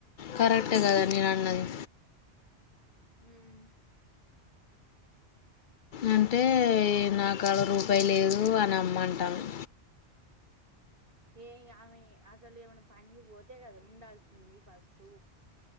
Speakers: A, on the left; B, on the right.
A: కరెక్ అట్టే కదా నేను అన్నది
B: హ్మ్
A: అంటే నాకాడ రూపాయి లేదు అని అమ్మంటాంది
B: ఏ అమె అసలు ఎవన పని పోతే కదా ఉండాల్సింది ఫస్ట్